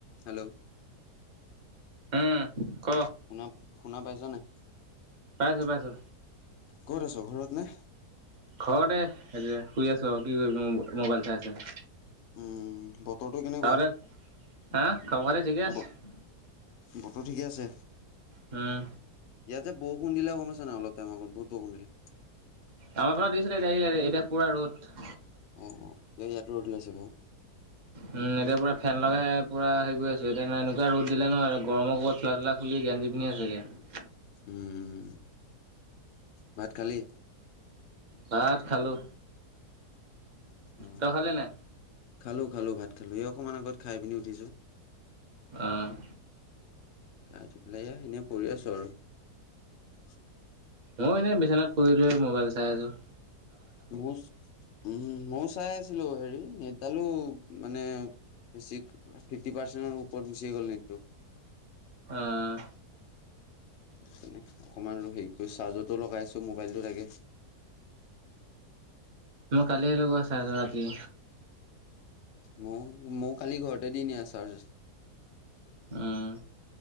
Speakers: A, on the left; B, on the right.
A: Hello
B: উম ক
A: শুনা শুনা পাইছা নাই?
B: পাইছো পাইছো
A: ক'ত আছ ঘৰত নে'?
B: ঘৰতে এতিয়া শুই আছো, আৰু কি কৰিবি মোৰ মোবাইল চাই চাই।
A: উম বতৰটো কেনেকুৱা?
B: তহঁতে, হা? খবৰ-খাতি ঠিকে আছে
A: ব বতৰ ঠিকে আছে।
B: হুম।
A: ইয়াতে বৰষুণ দিলে <unintelligible> অলপ টাইম আগত বহুত বৰষুণ দিলে।
B: আমাৰ ফালে দিছিলে এতিয়া এই্ এই্ এতিয়া পুৰা ৰ'দ।
A: অ', অ', এই ইয়াতো ৰ'দ ওলাইছে। যাব।
B: উম, এতিয়া পুৰা ফেন লগাই পুৰা হেৰি কৰি আছো এতিয়া এনেকুৱা ৰ'দ দিলে ন', গৰমৰ কোবত চোলা-তোলা খুলি গেঞ্জী পিন্ধি আছো এতিয়া।
A: উম, উম। ভাত খালি?
B: ভাত খালো।
A: অ',
B: তই খালি নাই
A: খালো খালো ভাত খালো, এই অকমান আগত খাই পিনি উঠিছো।
B: অ'।
A: গা ধুই পেলাই এয়া এনে পৰি আছোঁ। <unintelligible>
B: মই এনে বিচনাত পৰি। মবাইল চাই আছোঁ।
A: মচ উম, ময়ো চাই আছিলোঁ হেৰি নেট। তালো মানে বেছিক ফিফটি পাৰ্চেণ্টৰ ওপৰত গুচি গ'ল নেটটো।
B: আহ।
A: সেইকাৰণে অকমান আৰু হেৰি কৰি চাৰ্জৰটো লগাই আছো মোবাইলটো লাগে।
B: মই কালিয়ে লগোৱা চাৰ্জ ৰাতি।
A: ময় ময়ো কালি ঘৰতে দি নিয়া চাৰ্জ।
B: আহ।